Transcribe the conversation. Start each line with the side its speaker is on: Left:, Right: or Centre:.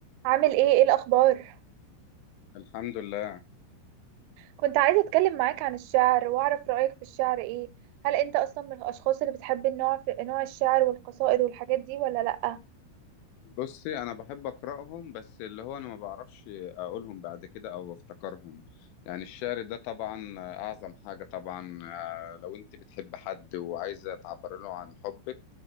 Right: عامل ايه ايه الاخبار
Left: الحمد لله
Right: كنت عايزه اتكلم معاك عن الشعر واعرف رايك في الشعر ايه هل انت اصلا من الاشخاص اللي بتحب النوع في نوع الشعر والقصائد والحاجات دي ولا لا
Left: بصي انا بحب اقراهم بس اللي هو انا ما بعرفش اقولهم بعد كده او افتكرهم يعني الشعر ده طبعا اعظم حاجة طبعا آه، لو انت بتحب حد وعايزة تعبر له عن حبك